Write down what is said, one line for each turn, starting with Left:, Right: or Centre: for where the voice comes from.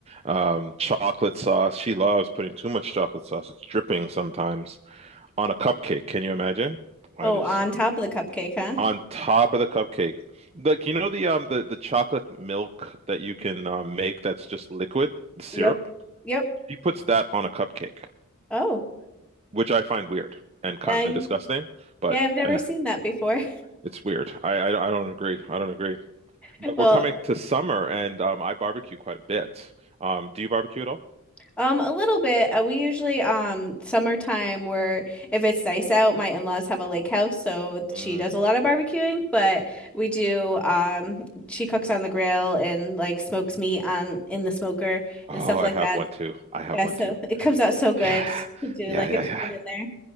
Right: um, chocolate sauce. She loves putting too much chocolate sauce. It's dripping sometimes on a cupcake. Can you imagine? I
Centre: Oh,
Right: just
Centre: on top of the cupcake, huh?
Right: on top of the cupcake. Like you know the um the, the chocolate milk that you can um, make that's just liquid, the syrup.
Centre: Yep. Yep.
Right: He puts that on a cupcake,
Centre: Oh,
Right: which I find weird and kind
Centre: uh,
Right: of disgusting, but
Centre: yeah, I've never
Right: eh,
Centre: seen that before.
Right: it's weird. I, I I don't agree. I don't agree.
Centre: <laughs>
Right: But
Centre: Well,
Right: we're coming to summer and um I barbecue quite a bit. Um do you barbecue at all?
Centre: Um, a little bit. Uh, we usually um summertime where if it's nice out, my in-laws have a lake house, so
Right: Mm.
Centre: she does a lot of barbecuing, but we do um she cooks on the grill and like smokes meat on in the smoker
Right: Oh,
Centre: and stuff
Right: I
Centre: like
Right: have
Centre: that.
Right: one too. I have
Centre: Yeah,
Right: one
Centre: so
Right: too.
Centre: it comes out so good
Right: Yeah.
Centre: to do
Right: Yeah,
Centre: like
Right: yeah,
Centre: a chicken
Right: yeah.
Centre: in there.